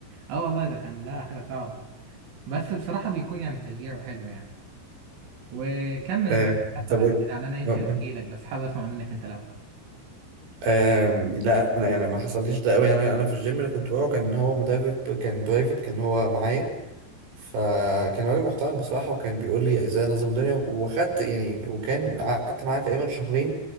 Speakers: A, on the right (about 90°); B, on the right (about 65°).
A: اه والله ده كان لا حاجه صعبه بس بصراحه بيكون يعني تشجيع وحلو يعني وكمل
B: آه،
A: مع حتى
B: طب
A: بعد
B: إيه؟
A: كده يعني انا يمكن
B: ممكن
A: احكي لك بس حابب اسمع منك انت الاول
B: آم، لا انا يعني ما حصليش ده قوي انا انا في الجيم اللي كنت بروحه كان هو مدرب كان برايفت كان هو معايا فكان راجل محترم بصراحه وكان بيقول لي ازاي انظم الدنيا وخدت يعني وكان قعدت معاه تقريبا شهرين